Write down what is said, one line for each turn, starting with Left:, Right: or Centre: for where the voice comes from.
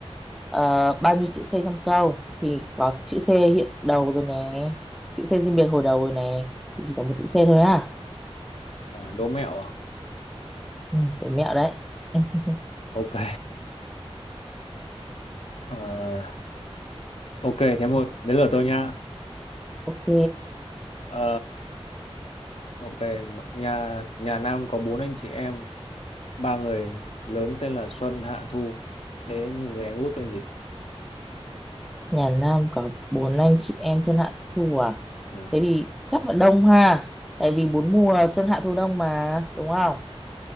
Centre: ờ, bao nhiêu chữ C trong câu thì có chữ C hiện đầu rồi nè chữ C riêng biệt hồi đầu rồi nè thì chỉ có một chữ C thôi à
Left: à, đố mẹo à
Centre: ừ, đủ mẹo đấy <laughs>
Left: ok Ờ, ok thế một đến lượt tôi nha
Centre: ok
Left: Ờ, ok nhà nhà Nam có bốn anh chị em ba người lớn tên là Xuân Hạ Thu thế người, người em út tên gì
Centre: Nhà Nam có bốn anh chị em Xuân Hạ Thu à?
Left: ừ.
Centre: Thế thì chắc là đông ha. Tại vì bốn mùa Xuân Hạ Thu Đông mà, đúng không?